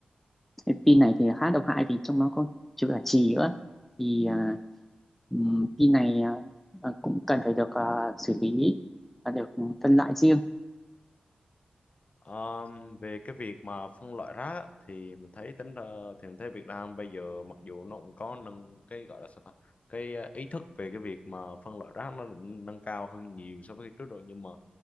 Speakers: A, in the centre; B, on the left.
A: cái pin này thì khá độc hại vì trong nó có chứa cả chì nữa thì à, ừm, pin này à, à, cũng cần phải được à, xử lý và được phân loại riêng
B: Ờm, về cái việc mà phân loại rác á, thì mình thấy tính ra thì mình thấy Việt Nam bây giờ mặc dù nó cũng có nâng cái gọi là sao ta cái ờ, ý thức về cái việc mà phân loại rác nó cũng nâng cao hơn nhiều so với trước rồi nhưng mà